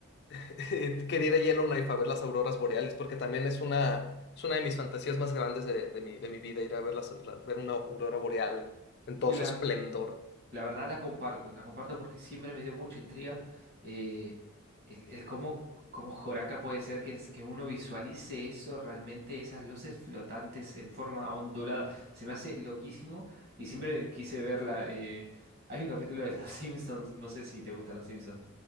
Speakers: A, on the left; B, on the right.
A: <laughs> Quería ir a Yellowknife a ver las auroras boreales, porque también es una, es una de mis fantasías más grandes de, de mi, de mi vida, ir a ver, las- la- ver una aurora boreal en todo
B: la,
A: su esplendor.
B: la verdad la comparto, la comparto porque siempre me dio mucha intriga eh, el, el cómo, cómo Joraca puede ser que, es- que uno visualice eso, realmente esas luces flotantes en forma ondulada. Se me hace loquísimo y siempre quise verla. eh, hay un capítulo de Los <laughs> Simpsons, no sé si te gustan Los Simpsons,